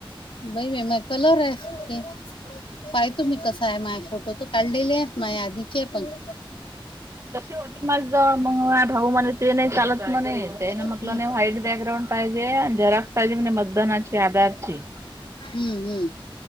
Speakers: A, on the left; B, on the right.
A: बई बा म कलर आहे, पाह तुम्ही कस आहे माझ फोटोत. तू काढलेले माझ्या, आधीचे पण.
B: तसे होत माझ्याजवळ, मग माझा भाऊ म्हणला ते नाही चालत मणे ते ना म्हटलं
A: हम्म
B: नाही व्हाईट बॅकग्राउंड. पाहिजे आणि झेराक्स पाहिजे म्हणे मतदानाची आधारची.
A: हम्म हम्म.